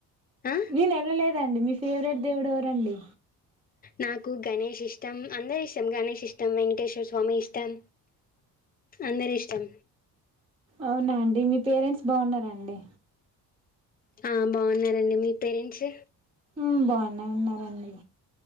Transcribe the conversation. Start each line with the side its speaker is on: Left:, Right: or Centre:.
Left: ఆ
Right: నేను ఎళ్ళలేదు. అండి మీ ఫేవరెట్ దేవుడు ఎవరండి
Left: నాకు గణేష్ ఇష్టం అందరిష్టం గణేష్ ఇష్టం వెంకటేశ్వర స్వామి ఇష్టం అందరిష్టం
Right: అవునా అండి మీ పేరెంట్స్ బాగున్నార అండి
Left: ఆ బాగున్నారండి మీ పేరెంట్స్
Right: మ్మ్ బానే ఉన్నారండి